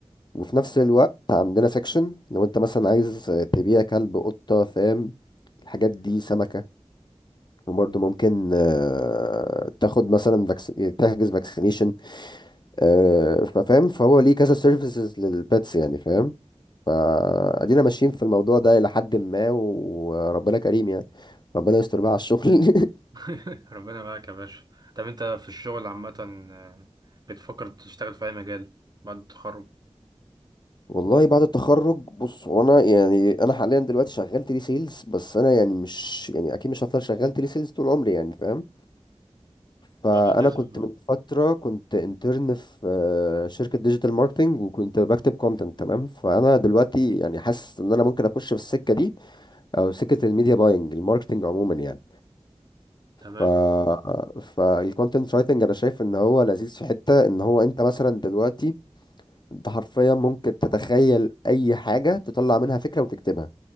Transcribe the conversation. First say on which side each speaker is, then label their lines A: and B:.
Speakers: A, on the left (about 40°); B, on the right (about 40°).
A: وفي نفس الوقت عندنا سيكشن لو انت مثلا عايز تبيع كلب قطه فاهم الحاجات دي سمكه وبرضه ممكن آه، تاخد مثلا vaccine- تحجز فاكسينيشن آه، ففاهم فهو ليه كذا سيرفيسز للبيتس يعني فاهم فادينا ماشيين في الموضوع ده الى حد ما وربنا كريم يعني ربنا يستر بقى على الشغل <laughs>
B: <laughs> ربنا معاك يا باشا طب انت في الشغل عامة آه، بتفكر تشتغل في اي مجال بعد التخرج
A: والله بعد التخرج بص هو انا يعني انا حاليا دلوقتي شغال تيلي سيلز بس انا يعني مش يعني اكيد مش هفضل شغال تيلي سيلز طول عمري يعني فاهم فانا
B: اه تسأل
A: كنت
B: اه
A: من فتره كنت انترن في آه، شركه ديجيتال ماركتنج وكنت بكتب كونتنت تمام فانا دلوقتي يعني حاسس ان انا ممكن اخش في السكه دي او سكه الميديا باينج الماركتنج عموما يعني
B: تمام
A: ف فالكونتنت رايتنج انا شايف ان هو لذيذ في حته ان هو انت مثلا دلوقتي انت حرفيا ممكن تتخيل اي حاجه تطلع منها فكره وتكتبها